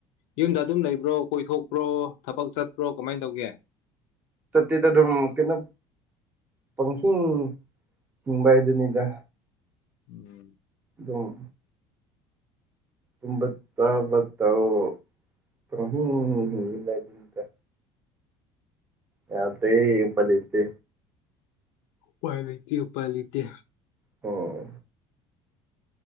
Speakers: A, on the left; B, on the right.
A: ꯌꯨꯝꯗ ꯑꯗꯨꯝ ꯂꯩꯕ꯭ꯔꯣ ꯀꯣꯏꯊꯣꯛꯄ꯭ꯔꯣ ꯊꯕꯛ ꯆꯠꯄ꯭ꯔꯣ ꯀꯃꯥꯏꯅ ꯇꯧꯒꯦ
B: ꯆꯠꯇꯦꯗ ꯑꯗꯨꯝ ꯀꯩꯅꯣ ꯄꯪꯍꯤꯡ ꯍꯤꯡꯕ ꯍꯥꯏꯗꯨꯅꯤꯗ
A: ꯎꯝ
B: ꯗꯣꯡ ꯇꯨꯝꯕ ꯆꯕꯥ ꯇꯧ ꯄꯪꯍꯤꯡ ꯍꯤꯡꯂꯤꯕ ꯍꯥꯏꯗꯨꯅꯤꯗ ꯌꯥꯗꯦ ꯎꯄꯥꯏ ꯂꯩꯇꯦ
A: ꯎꯄꯥꯏ ꯂꯩꯇꯦ ꯎꯥꯄꯥꯏ ꯂꯩꯇꯦ
B: ꯑꯣ